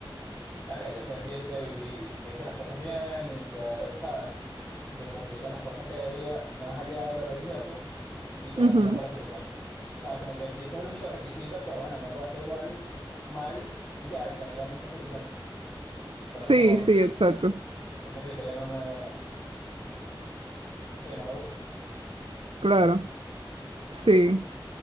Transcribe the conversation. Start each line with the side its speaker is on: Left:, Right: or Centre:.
Left: verga, yo sentir que viví, que hice las cosas bien y que, ¿sabes? Y que cumplí con las cosas que debía, más allá de lo religioso, y que aún
Right: Ujú,
Left: así no fuera suficiente. ¿Sabes? Como que si ese es el único requisito, pues bueno, no puedo hacer igual mal y ya, y con ir a misa es suficiente. Entonces,
Right: Sí,
Left: como
Right: sí, exacto.
Left: ese criterio no me, sí, no me gusta.
Right: Claro, sí.